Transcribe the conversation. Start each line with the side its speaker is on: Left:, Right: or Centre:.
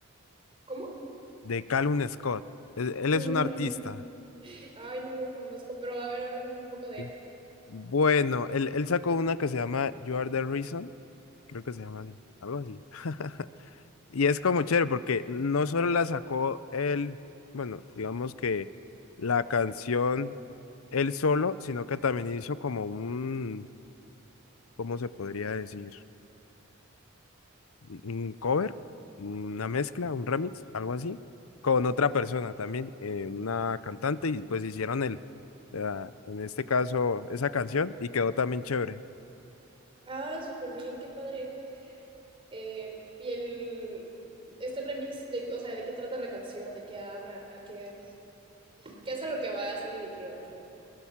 Right: ¿cómo?
Left: De Callum Scott. Él, él
Right: Mm,
Left: es un artista.
Right: ay, no lo conozco, pero a ver, háblame un poco de
Left: ¿sí?
Right: él.
Left: Bueno, él, él sacó una que se llama You Are the Reason. Creo que se llama así, algo así. <laughs> Y es como chévere porque no solo la sacó él, bueno, digamos que la canción él solo, sino que también hizo como un, ¿cómo se podría decir? un cover, una mezcla, un remix, algo así, con otra persona también, eh, una cantante, y pues hicieron el, la- en este caso, esa canción y quedó también chévere.
Right: Ah, súper bien, qué padre. Eh, y el, este remix de, o sea, ¿de qué trata la canción? ¿De qué habla? ¿Qué? <laughs> que es a lo que va así dirigido.